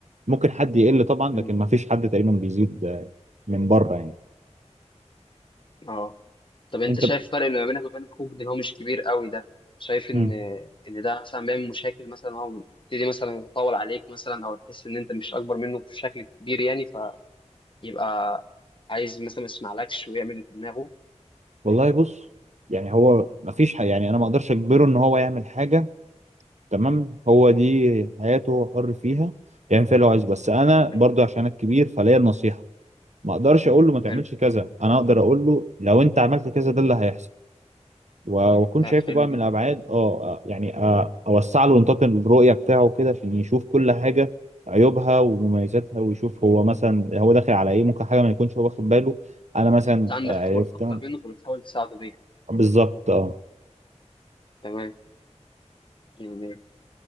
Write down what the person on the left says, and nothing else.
مم.
اه طب انت
شايف الفرق اللي ما بينك وبين اخوك ده اللي هو مش كبير قوي ده شايف ان
ان ده مثلا بيعمل مشاكل مثلا هو بيبتدي مثلا يتطاول عليك مثلا او تحس ان انت مش اكبر منه بشكل كبير يعني يبقى عايز مثلا ما يسمعلكش ويعمل اللي في دماغه
حلو
حلو
ف-
حلو
جدا
يعني انت عندك
خبرات اكتر منه فبتحاول تساعده بيها
تمام يعني